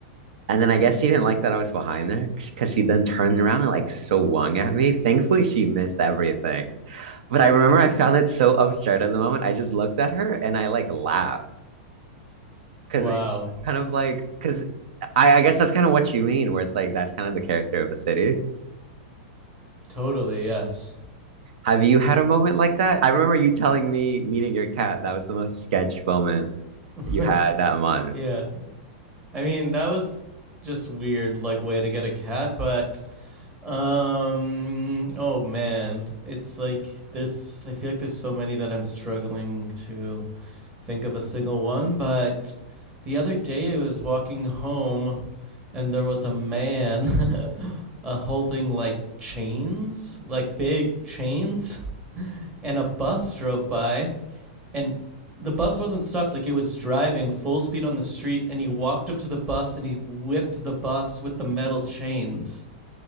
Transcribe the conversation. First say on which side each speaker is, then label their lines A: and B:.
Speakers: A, on the right (about 70°); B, on the right (about 25°).
A: And then I guess she didn't like that I was behind her because she then turned around and like swung at me. Thankfully, she missed everything. But I remember I found it so absurd in the moment. I just looked at her and I like laughed because
B: Wow.
A: kind of like because I, I guess that's kind of what you mean, where it's like that's kind of the character of a city.
B: Totally. Yes.
A: Have you had a moment like that? I remember you telling me meeting your cat. That was the most sketch moment
B: <laughs>
A: you had that month.
B: yeah. I mean, that was just weird, like way to get a cat, but um oh man. It's like there's I feel like there's so many that I'm struggling to think of a single one, but the other day I was walking home and there was a man <laughs> uh, holding like chains, like big chains, and a bus drove by and the bus wasn't stopped like it was driving full speed on the street and he walked up to the bus and he whipped the bus with the metal chains